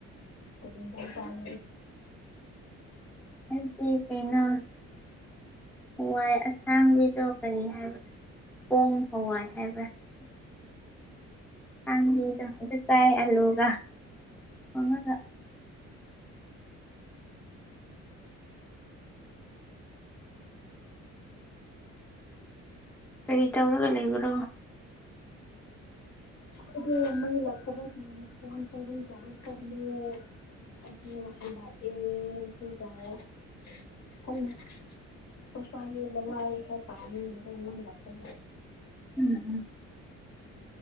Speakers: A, on the left; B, in the centre.
A: ꯀꯩ ꯍꯤꯟꯖꯥꯡ ꯆꯥ <unintelligible>
B: ꯑꯩꯗꯤ ꯀꯩꯅꯣ ꯍꯋꯥꯏ ꯑꯁꯥꯡꯕꯤꯗꯣ ꯀꯔꯤ ꯍꯥꯏꯕꯅꯣ ꯄꯣꯡ ꯍꯋꯥꯏ ꯍꯥꯏꯕ꯭ꯔꯥ ꯄꯝꯕꯤꯗꯣ ꯑꯗꯨ ꯆꯥꯏ ꯑꯂꯨꯒ ꯊꯣꯡꯉꯒ ꯀꯔꯤ ꯇꯧꯔꯒ ꯂꯩꯕ꯭ꯔꯣ
A: <unintelligible> <unintelligible> <unintelligible> ꯐꯝꯃꯤ <unintelligible>
B: ꯎꯝ ꯍꯝ